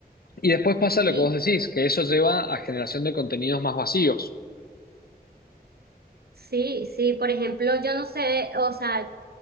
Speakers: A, on the left; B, on the right.
A: y después pasa lo
B: Y
A: que vos decís, que eso lleva a generación de contenidos más vacíos.
B: sí, sí, por ejemplo, yo no sé, o sea,